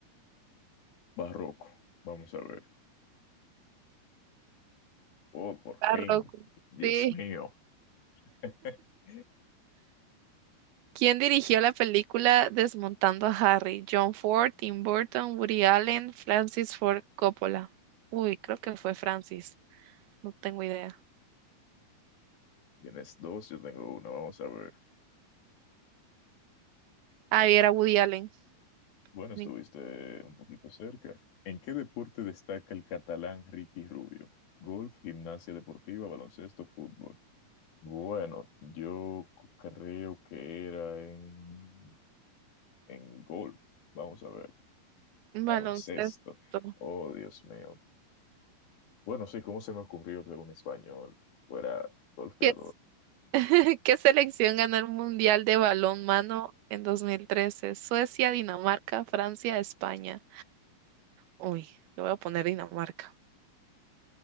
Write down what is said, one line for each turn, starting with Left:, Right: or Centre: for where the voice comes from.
Left: barroco. Vamos a ver. Oh, por
Right: Está
Left: fin.
Right: rojo.
Left: Dios
Right: sí
Left: mío. <laughs>
Right: ¿Quién dirigió la película Desmontando a Harry? John Ford, Tim Burton, Woody Allen, Francis Ford Coppola. Uy, creo que fue Francis. No tengo idea.
Left: Tienes dos, yo tengo una. Vamos a ver.
Right: Ah, y era Woody Allen.
Left: Bueno, estuviste
Right: Ni-
Left: un poquito cerca. ¿En qué deporte destaca el catalán Ricky Rubio? Golf, gimnasia deportiva, baloncesto, fútbol. Bueno, yo c- creo que era en, en golf. Vamos a ver, baloncesto.
Right: Baloncesto.
Left: Oh, Dios mío. Bueno, sí, ¿cómo se me ocurrió que un español fuera golfeador?
Right: ¿Qué, es- <laughs> qué selección ganó el Mundial de Balonmano en 2013? Suecia, Dinamarca, Francia, España. Uy, le voy a poner Dinamarca.